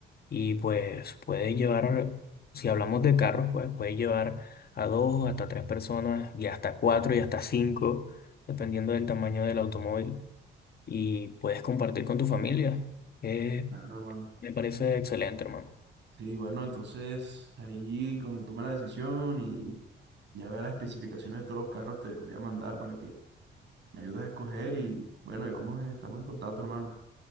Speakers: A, on the left (about 50°); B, on the right (about 60°).
A: y pues puedes llevar, si hablamos de carros, pues puedes llevar a dos, hasta tres personas y hasta cuatro y hasta cinco, dependiendo del tamaño del automóvil y puedes compartir con tu familia. Eh,
B: Claro, hermano.
A: me parece excelente, hermano.
B: Sí, bueno, entonces ahí cuando tome la decisión y ya vea las especificaciones de todos los carros, te voy a mandar para que me ayudes a escoger y bueno, y vamos, eh, estamos en contacto, hermano.